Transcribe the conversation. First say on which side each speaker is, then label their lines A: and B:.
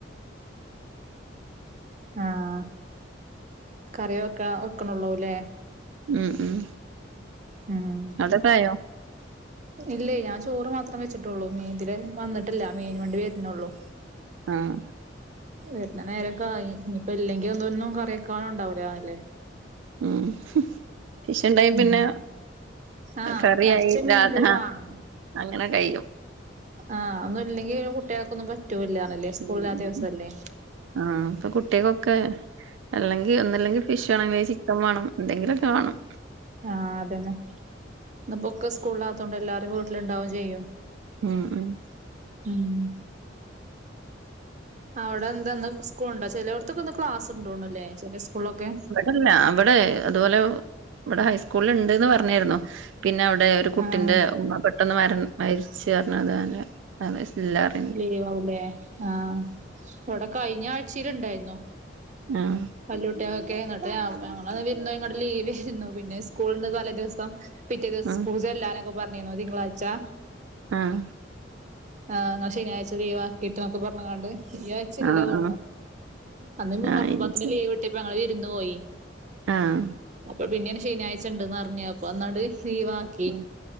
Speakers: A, on the right; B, on the right.
A: ആഹ് കറി വെക്ക വെക്ക്ണൊള്ളൂ ല്ലേ
B: ഉം ഉം
A: ഉം
B: അതൊക്കെ ആയോ?
A: ഇല്ല ഞാൻ ചോറ് മാത്രം വെച്ചിട്ടൊള്ളൂ. മീൻ ഇതിലെ വന്നിട്ടില്ല. മീൻ വണ്ടി വര്ണൊള്ളു.
B: ആഹ്
A: വര്ന്ന നേരൊക്കായി. ഇഞ്പ്പ ഇല്ലെങ്കി ഇതൊന്തൊന്നും കറിയക്കാനുണ്ടാവിലല്ലേ.
B: ഉം ഫിഷ് ഇണ്ടെങ്കിൽ
A: ഉം
B: പിന്നെ
A: ആഹ്
B: കറിയിയായി
A: എറച്ചി മീൻ
B: രാ
A: എന്തേലും
B: ആഹ്
A: വാങ്ങണം
B: അങ്ങനെ കഴിയും.
A: ആഹ് ഒന്നും ഇല്ലെങ്കിൽ കുട്ട്യേക്കൊന്നും പറ്റൂല്ലാണെല്ലേ. സ്കൂള്
B: ഉം.
A: ഇല്ലാത്ത
B: ഉം.
A: ദിവസല്ലേ.
B: ആഹ് ഇപ്പ കുട്ട്യേക്കൊക്കെ. അല്ലെങ്കി ഒന്നല്ലെങ്കിൽ ഫിഷ് വേണം. അല്ലെങ്കി ചിക്കൻ വാണം. എന്തെങ്കിലൊക്കെ വാണം.
A: ആഹ് അതെന്നെ. ഇന്ന്പ്പൊ ഒക്കെ സ്കൂളിലാത്തോണ്ട് എല്ലാരും വീട്ടില് ഇണ്ടാവും ചെയ്യും.
B: ഉം ഉം
A: ഉം അവടെ എന്താ ന്ന് സ്കൂൾ ഉണ്ടോ? ചെലൊട് ക്കൊ ന്ന് ക്ലാസ് ഉണ്ടോൻല്ലേ ചെല സ്കൂൾളൊക്കെ.
B: അല്ല അവടെ അതുപോലെ ഇവടെ ഹൈസ്ക്കൂൾള് ണ്ട്ന്ന് പർഞ്ഞീരുന്നു പിന്നെ അവടെ ഒരു കുട്ടിന്റെ
A: ആഹ്
B: ഉമ്മ പെട്ടെന്ന് മര മരിച്ചു പർഞ്ഞു അതാ ഞന് ഇല്ലാർഞ്.
A: ലീവാവുല്ലേ ആഹ് ഇവടെ കഴിഞ്ഞ ആഴ്ചീല് ഇണ്ടായിന്നു.
B: ആഹ്.
A: വല്ല്യട്ട്യാൾകൊക്കേ എന്നിട്ട് ഞ ഞങ്ങളന്ന് വിര്ന്നൊയിങ്ങാണ്ട് ലീവേര്ന്നു പിന്നെ സ്കൂൾണ്ട് തലേ ദിവസം. പിറ്റേ ദിവസം
B: ആ. ആ.
A: സ്കൂൾ ചേല്ലാനൊക്കെ പർഞ്ഞീന്നു തിങ്കളാഴ്ച്ചാ
B: ആഹ്.
A: ആഹ് ങള് ശനിയാഴ്ച ലീവാക്കീട്ട് ന്നൊക്കെ പർഞ് ങ്ങാണ്ട് ഈ ചില്ലാ
B: ആ.
A: തോൻണ്
B: ആ.
A: അന്ന് മുഹററം
B: ആ. ഇത്
A: പത്തിന്റെ ലീവ് ഇട്ടിപ്പൊ ഞങ്ങള് വിരുന്ന് പോയി.
B: ആഹ്.
A: അപ്പൊ പിന്നേണ് ശനിയാഴ്ചണ്ട്ന്ന് അർഞ് അപ്പൊ ന്നണ്ട് ലീവാക്കി.
B: ഉം.